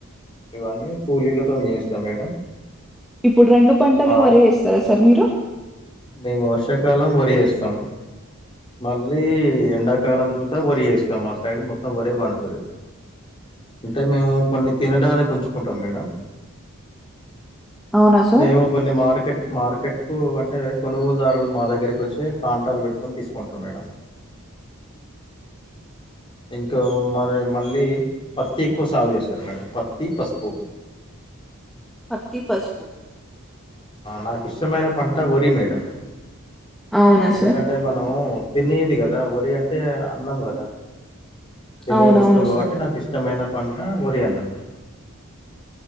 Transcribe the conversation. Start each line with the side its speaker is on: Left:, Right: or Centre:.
Left: ఇవన్నీ కూలీలతో చేయిస్తాం మేడం
Centre: ఇప్పుడు రెండు పంటలు
Left: మా
Centre: వరి ఏస్తారా సార్ మీరు
Left: మేము వర్షాకాలం వరి వేస్తాం మళ్ళీ ఎండాకాలం చూత వరి వేస్తాం మా సైడ్ మొత్తం వరె పండుతద్ హ్ అంటే మేము కొన్ని తినడానికి ఉంచుకుంటాం మేడం
Centre: అవునా సార్
Left: మేము కొన్ని మార్కెటు మార్కెట్ కు అంటే కొనుగోలుదారులు మా దగ్గరికి వచ్చే కన్టాలూ పెట్టుకొని తీసుకుంటరూ మేడం ఇంకో మరి మళ్ళీ పత్తి ఎక్కువ సాగు చేస్తారు మేడం పత్తి పసుపు
Centre: పత్తి పసుపు
Left: నాకు ఇష్టమైన పంట వరి మేడం
Centre: అవునా
Left: ఎందుకంటే
Centre: సార్
Left: మనం తినేది కదా వరి అంటే అన్నం కదా తినే
Centre: అవునవును
Left: వస్తువు కాబట్టి
Centre: సార్
Left: నాకు ఇష్టమైన పంటా వరి అన్నట్టు